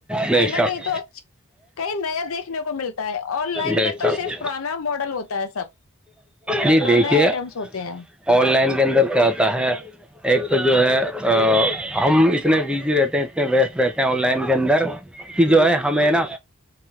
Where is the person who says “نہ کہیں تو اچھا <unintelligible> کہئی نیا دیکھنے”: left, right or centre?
Left